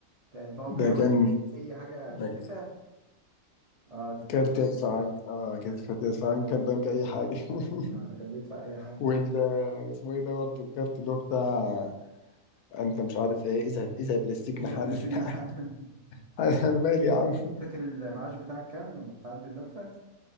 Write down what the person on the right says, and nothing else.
ت- تقعد
راوند
اي حاجه
تدفع اه تدفعها
من
اه كان بيدفع اي حاجه
اذهب
للسجن
حالا
<laughs> فاكر المعاش بتاعك كام لما بتعدي اللفه